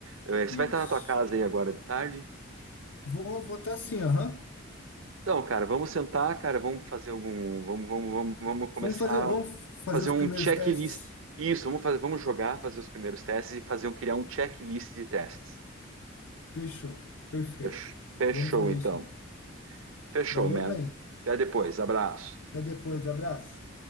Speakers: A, on the right (about 70°); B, on the left (about 75°).
A: Eh, Você
B: Isso.
A: vai estar na tua casa aí agora de tarde?
B: Vou votar sim, aham.
A: Então, cara, vamos sentar, cara, vamos fazer algum, vamos, vamos, vamos, vamos começar
B: Vamos fazer, vamos
A: a
B: fazer
A: fazer
B: os
A: um
B: primeiros
A: checklist.
B: testes.
A: Isso, vamos fazer, vamos jogar, fazer os primeiros testes e fazer um, criar um checklist de testes.
B: Fechou, perfeito.
A: Fech- Fechou,
B: Vamos fazer
A: então.
B: isso.
A: Fechou,
B: Valeu,
A: man.
B: man.
A: Até depois. Abraço.
B: Até depois, abraço.